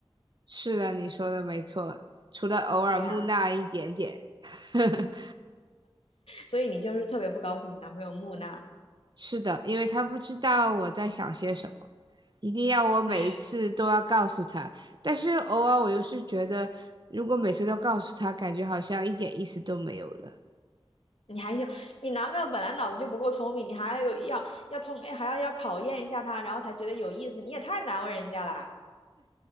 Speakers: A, on the right; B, on the left.
A: 是的，你说的没错，除了偶尔木讷一点点。
B: 对呀，
A: <laughs>
B: 所以你就是特别不高兴你男朋友木讷。
A: 是的，因为他不知道我在想些什么，一定要我每一次都要告诉他。
B: 唉
A: 但是偶尔我又是觉得，如果每次都告诉他，感觉好像一点意思都没有了。
B: 你还有你男朋友本来脑子就不够聪明，你还要有要要通还要要考验一下他，然后才觉得有意思，你也太难为人家了。